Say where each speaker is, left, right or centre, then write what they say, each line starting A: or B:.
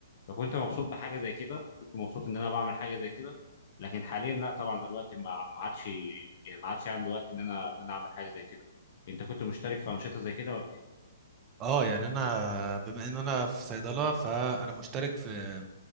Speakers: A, on the left; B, on the right.
A: فكنت مبسوط بحاجه زي كده كنت مبسوط ان انا بعمل حاجه زي كده لكن حاليا لا طبعا الوقت ما ما عادش يعني ما عادش عندي وقت ان انا ان انا اعمل حاجه زي كده انت كنت مشترك في انشطه زي كده ولا ايه
B: اه يعني انا بما ان انا في صيدله فانا مشترك في